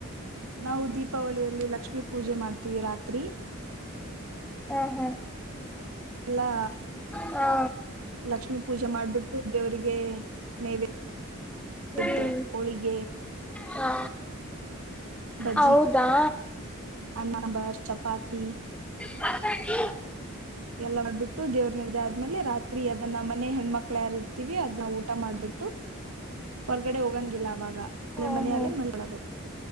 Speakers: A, on the right (about 85°); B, in the centre.
A: ನಾವು ದೀಪಾವಳಿಯಲ್ಲಿ ಲಕ್ಷ್ಮೀ ಪೂಜೆ ಮಾಡ್ತೀವಿ ರಾತ್ರಿ
B: ಹ್ಮ ಹಾ.
A: ಎಲ್ಲಾ.
B: ಹಾ
A: ಲಕ್ಷ್ಮೀ ಪೂಜೆ ಮಾಡ್ಬಿಟ್ಟು ದೇವರಿಗೆ ನೈವೇ
B: ಹ್ಮ್
A: ಇದ್ದೆ ಹೋಳಿಗೆ
B: ಹಾ
A: ಬಜ್ಜಿ.
B: ಹೌದಾ
A: ಅನ್ನ ಬಾರ್ ಚಪಾತಿ.
B: <unintelligible>
A: ಎಲ್ಲ ಮಾಡ್ಬಿಟ್ಟು ದೇವ್ರನಿದೆ ಆದ್ಮೇಲೆ ರಾತ್ ತ್ರೀ ಅದನ್ನ ಮನೆ ಹೆಣ್ಮಕ್ಳ ಯಾರ್ ಇರ್ತಿವಿ ಅದನ್ನ ಊಟ ಮಾಡ್ಬಿಟ್ಟು ಹೊರ್ಗಡೆ ಹೋಗಂಗಿಲ್ಲ ಅ ವಾಗ ಅಲೆ
B: ಹ್ಮ್
A: ಮನೆಲ್ಲೇ
B: ಹ್ಮ್
A: ಮಲ್ಕಳದು.